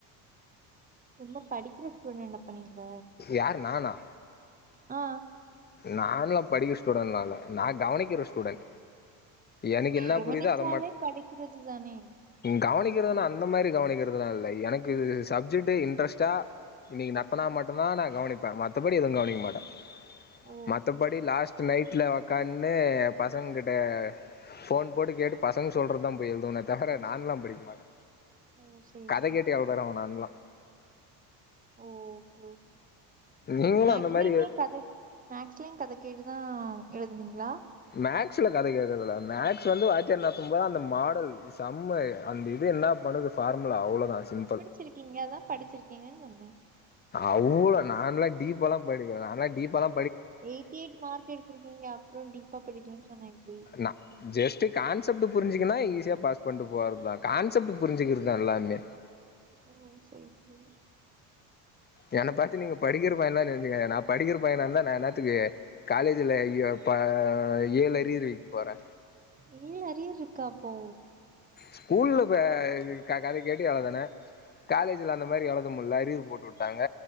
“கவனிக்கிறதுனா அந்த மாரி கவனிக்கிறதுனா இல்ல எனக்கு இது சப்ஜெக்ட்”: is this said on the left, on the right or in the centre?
Left